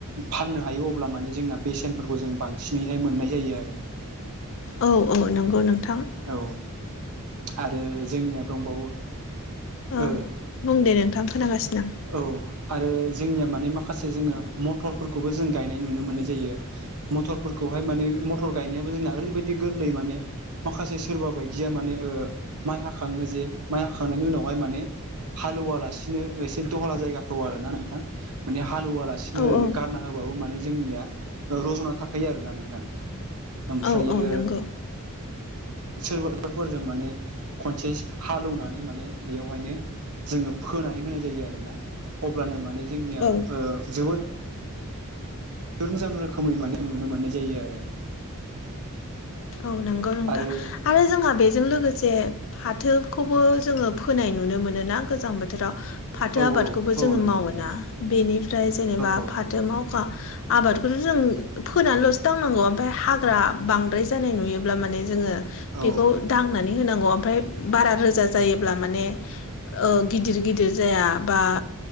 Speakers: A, on the right; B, on the left.
A: फाननो हायो अब्ला माने जोंना बेसेनफोरखौ जों बांसिनैहाय मोननाय जायो आरो।
B: औ औ नंगौ नोंथां।
A: औ आरो जोंनिया दंबावो।
B: ओं
A: ओ
B: बुं दे नोंथां खोनागासिनो।
A: औ आरो जोंनिया माने माखासे जोङो मटरफोरखौबो जों गायनाय नुनो मोननाय जायो। मथरफोरखौहाय माने मथर गायनायाबो जोंना ओरैबायदि गोर्लै माने माखासे सोरबा बायदिया माने ओ माइ हाखाङो जे माइ हाखांनायनि उनावहाय माने हालौवालासिनो एसे दहला जायगाफ्राव आरोना नोंथां माने हालौवालासिनो
B: आं
A: ओरैनो
B: औ
A: गारना होबाबो माने जोंनिया रज'ना थाखायो आरोना नोंथां ओमफ्रायो
B: औ औ नंगौ
A: सोरबा ट्रेकटरफोरजों माने खनसे हालौवनानै माने बेयावहायनो जोङो फोनानै होनाय जायो आरोना अब्लानो माने जोंनिया
B: औ
A: ओ जोबोर मोजां रोखोमै माने नुनो मोननाय जायो आरो।
B: औ नंगौ नोंथां
A: आरो
B: आरो जोंहा बेजों लोगोसे फाथोखौबो जोङो फोनाय नुनो मोनोना गोजां बोथोराव। फाथो
A: ओ औ
B: आबादखौबो
A: औ
B: जोङो
A: औ नंगौ
B: मावोना
A: नोंथां
B: बेनिफ्राय जेनेबा
A: औ
B: फाथो मावखा आबादखौथ' जों फोनानैल'सो दानांगौ ओमफ्राय हाग्रा बांद्राय जानाय नुयोब्ला माने जोङो
A: औ
B: बेखौ दांनानै होनांगौ ओमफ्राय बारा रोजा जायोब्ला माने ओ गिदिर गिदिर जाया बा